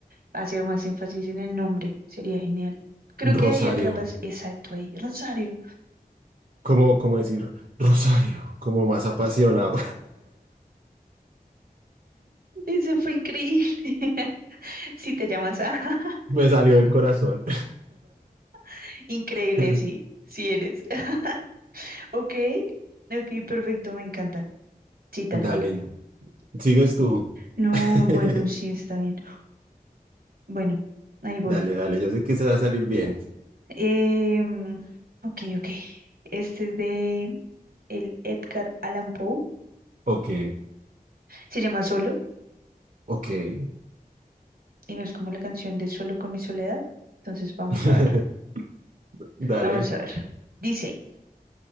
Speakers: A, on the right; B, on the right.
A: hacer más énfasis en el nombre, sería genial. Creo que
B: Rosario.
A: ahí atrapas, exacto, ahí, Rosario.
B: ¿Cómo, cómo decir? Rosario. Como más apasionado.
A: Ese fue increíble. <laughs> Si te llamas a
B: <laughs> Me salió del corazón.
A: <laughs> increíble,
B: <laughs>
A: sí, sí eres. <laughs> Ok, ok, perfecto, me encanta. Sí, tal
B: Dale,
A: cual.
B: sigues tú.
A: No,
B: <laughs>
A: bueno, sí, está bien. Bueno, ahí voy.
B: Dale, dale, yo sé que se va a salir bien.
A: Em, ok, ok. Este es de el Edgar Allan Poe.
B: Ok,
A: Se llama Solo
B: ok.
A: y no es como la canción de Solo con mi soledad. Entonces vamos
B: <laughs>
A: a ver.
B: Dale,
A: Vamos a ver. Dice,